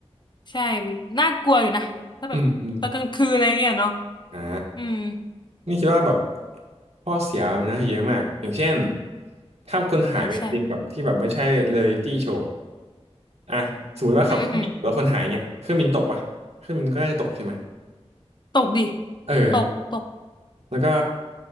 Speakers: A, on the left; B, on the right.
A: ใช่มันน่ากลัวอยู่นะถ้าแบบตอนกลางคืนอะไรเงี้ยเนาะ
B: อืมอืมอ่า
A: อืม
B: นี่คิดว่าแบบข้อเสียมันนาจะเยอะมากอย่างเช่นถ้าคนหายไปจริงๆแบบที่แบบไม่ใช่เร
A: ใช่ใช่
B: a ยลิตี้โชว์อ่ะสมมติว่าขับเครื่องบินแล้วคนหายเงี้ยเครื่องบินตกปะเครื่องบินก็น่าจะตกใช่ไหม
A: อืมอืมตกดิ
B: เออ
A: ตกตก
B: แล้วก็